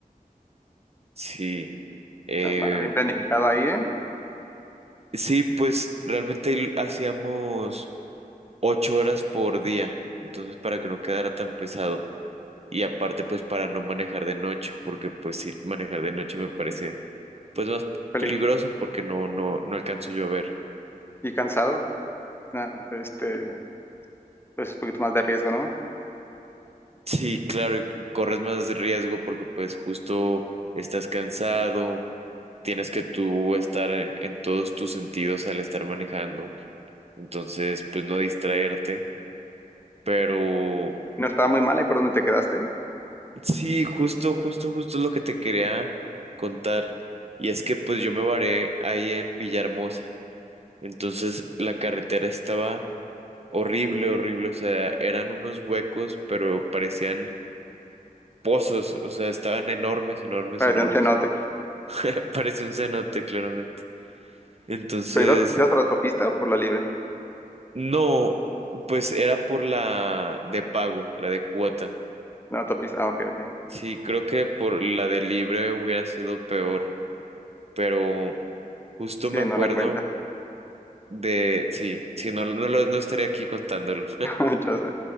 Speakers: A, on the right; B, on the left.
A: sí. Eh,
B: Ah, va, Bien planificado ahí, ¿eh?
A: sí, pues realmente ahí hacíamos... ocho horas por día, entonces para que no quedara tan pesado y aparte pues para no manejar de noche, porque pues sí, manejar de noche me parece pues más
B: Peligroso.
A: peligroso porque no, no, no alcanzo yo a ver.
B: ¿Y cansado? Ah, este, pues un poquito más de riesgo, ¿no?
A: Sí, claro, y c- corres más riesgo porque pues justo estás cansado, tienes que tú estar en en todos tus sentidos al estar manejando, entonces pues no distraerte, pero
B: No estaba muy mal, ¿y por dónde te quedaste?
A: Sí, justo, justo, justo lo que te quería contar. Y es que pues yo me varé ahí en Villahermosa. Entonces la carretera estaba horrible, horrible. O sea, eran unos huecos, pero parecían pozos. O sea, estaban enormes, enormes,
B: Parecían
A: enormes.
B: cenotes.
A: <laughs> Parecía un cenote, claramente. Entonces,
B: ¿Pero ibas, ibas por la autopista o por la libre?
A: no, pues era por la de pago, la de cuota.
B: La autopista, ah, ok, ok.
A: Sí, creo que por la de libre hubiera sido peor. pero justo
B: Sí,
A: me acuerdo
B: no la cuentas.
A: de, sí, sí, no, no, lo- no estaría aquí contándolo,
B: <laughs> Ya sé.